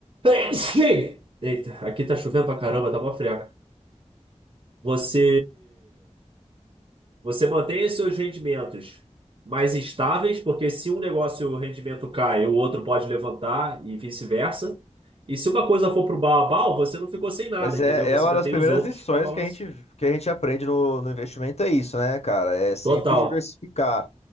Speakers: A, on the right (about 50°); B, on the left (about 60°).
A: <coughs> Eita, aqui tá chovendo pra caramba, tá mó friaca. Você Você mantém os seus rendimentos mais estáveis, porque se um negócio o rendimento cai, o outro pode levantar e vice-versa. E se uma coisa for pro bal, você não ficou sem nada,
B: Mas
A: entendeu?
B: é,
A: Você
B: é uma
A: ainda
B: das
A: tem
B: primeiras
A: os outros
B: lições
A: para balançar.
B: que a gente, que a gente aprende no, no investimento, é isso, né, cara? É sempre
A: Total.
B: diversificar.